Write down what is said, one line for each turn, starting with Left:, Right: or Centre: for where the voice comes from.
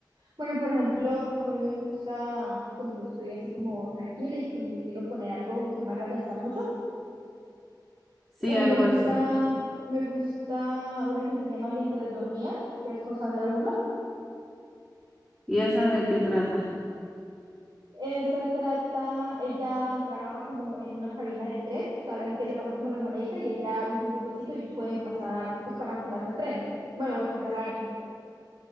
Right: Bueno, por ejemplo, a mí me gusta cuando estoy así como tranquila y como que quiero poner algo que no me haga pensar mucho.
Centre: Sí,
Right: Eh,
Centre: algo
Right: me gusta,
Centre: así.
Right: me gusta una que se llama Mientras dormías, que es con Sandra Bullock.
Centre: ¿Y esa de qué trata?
Right: Esa trata, ella trabaja como en una cabina del tren, o sea, la gente le pasa como la monedita y ella hunde un botoncito y ellos pueden pasar pues para montarse al tren, bueno, o al subterráneo.